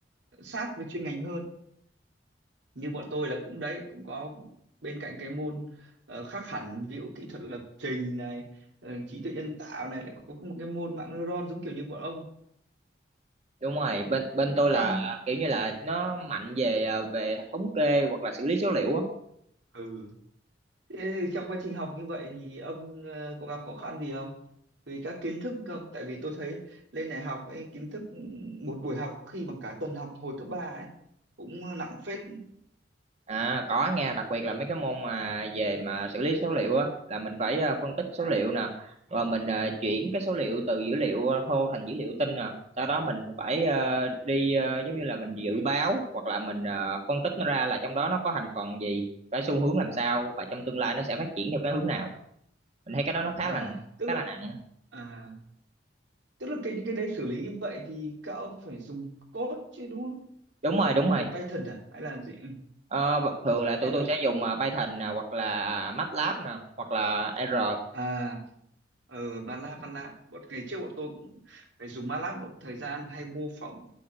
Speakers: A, on the right; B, on the right.
A: sát với chuyên ngành hơn như bọn tôi là cũng đấy cũng có bên cạnh cái môn ờ, khác hẳn ví dụ kỹ thuật lập trình này ờ, trí tuệ nhân tạo này lại có một cái môn mạng neuron giống kiểu như bọn ông
B: đúng rồi bên bên tôi là
A: trong
B: ờ, kiểu như là nó mạnh về ờ, về thống kê hoặc là xử lý số liệu á
A: ừ Thế trong quá trình học như vậy thì ông ờ, có gặp khó khăn gì không? Vì các kiến thức không? Tại vì tôi thấy lên đại học ấy, kiến thức ừ, một buổi học khi bằng cả tuần học hồi cấp 3 ấy cũng nặng phết.
B: À, có nha, đặc biệt là mấy cái môn mà về mà xử lý số liệu á là mình phải ờ, phân tích số liệu nè, rồi mình ờ, chuyển cái số liệu từ dữ liệu ờ, thô thành dữ liệu tinh nè. Sau đó mình phải ờ, đi ờ, giống như là mình dự báo hoặc là mình ờ, phân tích nó ra là trong đó nó có thành phần gì, cái xu hướng làm sao và trong tương lai nó sẽ phát triển theo cái hướng nào. Mình thấy cái đó nó khá
A: À
B: là
A: tức
B: khá
A: là
B: là nặng.
A: à tức là cái những cái đấy xử lý như vậy thì các ông phải dùng code chứ đúng
B: Đúng rồi, đúng rồi.
A: Vẫn Python à? Hay là gì? Ừ,
B: Ờ, thường là tụi
A: Hay
B: tôi
A: là
B: sẽ dùng ờ, Python nè hoặc là MATLAB nè hoặc là R.
A: à ờ MATLAB MATLAB. Bọn ngày trước bọn tôi cũng phải dùng MATLAB một thời gian hay mô phỏng